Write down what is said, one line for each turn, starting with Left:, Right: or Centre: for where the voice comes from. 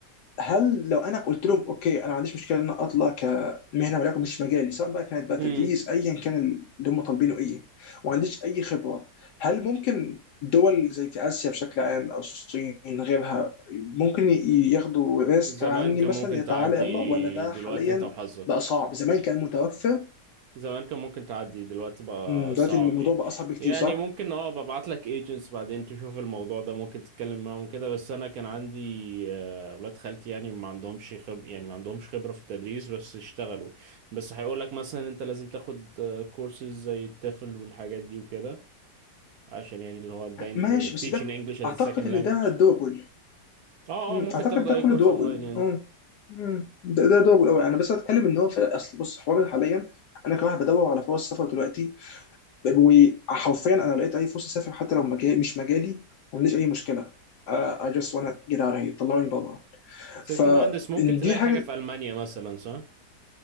Left: هل لو انا قلت لهم اوكي انا ما عنديش مشكله ان انا اطلع كمهنه ولكن مش مجالي سواء بقى كانت بقى تدريس
Right: امم
Left: ايا كان اللي هم طالبينه ايه وما عنديش اي خبره هل ممكن دول زي في اسيا بشكل عام او الصين غيرها ممكن ي- ياخدوا ريسك
Right: زمان
Left: عني
Right: كان
Left: مثلا
Right: ممكن
Left: يا تعالى
Right: تعدي
Left: يلا ولا ده
Right: دلوقتي
Left: حاليا
Right: انت وحظك
Left: بقى صعب زمان كان متوفر
Right: زمان كان ممكن تعدي دلوقتي بقى
Left: أمم، دلوقتي
Right: صعب
Left: الموضوع
Right: يعني
Left: بقى اصعب بكتير
Right: يعني
Left: صح
Right: ممكن اه ببعت لك ايجنتس بعدين تشوف الموضوع ده ممكن تتكلم معاهم وكده بس انا كان عندي آه، ولاد خالتي يعني ما عندهمش خب يعني ما عندهمش خبرة في التدريس بس اشتغلوا بس هيقول لك مثلا انت لازم تاخد كورسز زي التافل والحاجات دي وكده عشان يعني اللي هو تبين
Left: ماشي
Right: teaching
Left: بس ده
Right: English as
Left: اعتقد
Right: a second
Left: ان
Right: language
Left: ده دوبل
Right: اه
Left: مم.
Right: اه ممكن
Left: اعتقد
Right: تاخد
Left: ده
Right: اي
Left: كله
Right: كورس
Left: دوبل
Right: اونلاين يعني
Left: اه مم. ده ده دوبل قوي انا بس اتكلم ان هو في اصل بص حوار حاليا انا كواحد بدور على فرص سفر دلوقتي وحرفيا انا لقيت اي فرصه اسافر حتى لو مجال مش مجالي ما عنديش اي مشكله آه، I just wanna get out of here طلعوني بره
Right: بس
Left: فإن
Right: انت مهندس ممكن تلاقي
Left: دي حاجه
Right: حاجة في ألمانيا مثلا صح؟